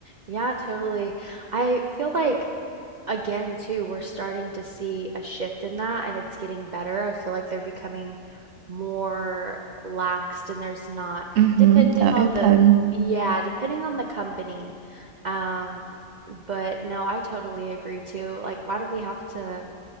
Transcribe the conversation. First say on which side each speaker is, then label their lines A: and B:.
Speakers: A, on the right (about 45°); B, on the right (about 80°).
A: Yeah, totally. I feel like again too, we're starting to see a shift in that and it's getting better. I feel like they're becoming more laxed and there's not
B: mm-hmm,
A: depending
B: they're
A: on
B: open.
A: the yeah, depending on the company. Um, but no, I totally agree too. Like, why do we have to